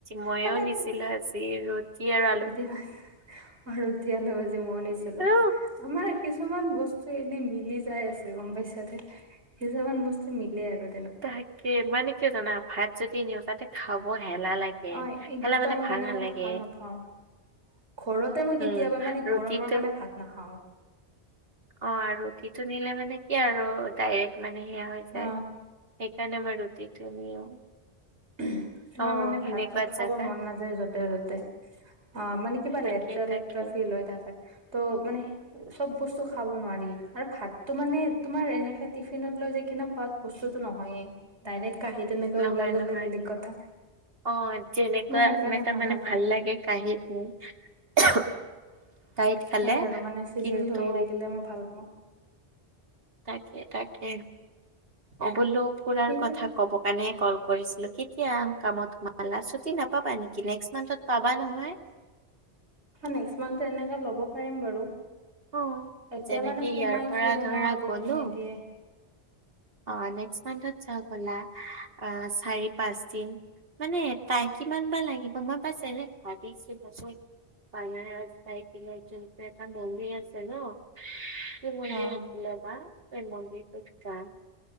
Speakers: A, on the right; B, on the right.
A: মইও
B: মানে
A: নিছিলো
B: তোমাৰ
A: ভাজি ৰুটি আৰু
B: ৰুটি ভাজি অ ৰুটি আলু ভাজি ময়ো নিছিলো।
A: আৰু
B: আমাৰ কিছুমান বস্তু এনে মিলি যাই আছে গম পাইছা তই। কিছুমান বস্তু মিলে আৰু।
A: তাকে মানে কিয় জানা ভাত যদি নিও তাতে খাব এলাহ লাগে
B: অ একদম
A: হেলা মানে ভাল নালাগে।
B: মই ভাল নাপাওঁ। ঘৰতে মই
A: উম
B: কেতিয়াবা মানে
A: ৰুটিটো
B: গৰমৰ কাৰণে ভাত নাখাওঁ।
A: অ' আৰু সিটো নিলে মানে কি আৰু ডাইৰেক্ট মানে সেয়া হৈ যায়।
B: অ
A: খাইছানে মা ৰুটি টো নিও।
B: উম। তোমাৰ
A: অ
B: মানে
A: সেনেকুৱা
B: ভাত চাত খাব
A: জাগাত
B: মন নাযায় য'তে ত'তে অ মানে কিবা
A: তাকে
B: লেতেৰা
A: তাকে
B: লেতেৰা লেতেৰা ফিল হৈ থাকে ত মানে সে চব বস্তু খাব নোৱাৰি। আৰু ভাতটো মানে তোমাৰ এনেকে টিফিনত লৈ যাই কিনে খোৱাত বস্তুতো নহয়েই ডাইৰেক্ট কাহী তেনেকৈ
A: নহয়
B: ওলাই ললে
A: নহয়
B: বেলেগ কথা।
A: অ' যেনেকোৱা
B: মই সেইকাৰণে
A: তাৰ মানে
B: নাপাওঁ
A: ভাল লাগে কাঁহীত উম কাঁহীত খালে।
B: সেইয়াই আৰু মানে চিজিল
A: কিন্তু-
B: হৈ থাকিলে মই ভাল পাওঁ
A: তাকে তাকে। অ' বোলো ফুৰাৰ
B: এতিয়া
A: কথা ক'ব। মানে ক'ল কৰিছিলো। কেতিয়া কামত ছুটি নাপাবা নেকি নেক্স মাহত পাবা নহয়।
B: নেক্সট মান্থ এনেকে ল'ব পাৰিম বাৰু
A: অ
B: এতিয়া
A: যেনেকে
B: মানে সোমাইছোহে
A: ইয়াৰ পৰা ধৰা
B: ন' তেতিয়া
A: গ'লো
B: নিদিয়ে
A: অ' নেক্স মান্থত যাও বলা আ চাৰি পাঁচ দিন। মানে তাই কিমান বা লাগিব মই পাইছে ভাবিছো। বেনাৰস যায় কিনে কোনটো এটা মন্দিৰ আছে ন' মন্দিৰ
B: অ
A: আছিলে বা সেই মন্দিৰটোত যাম।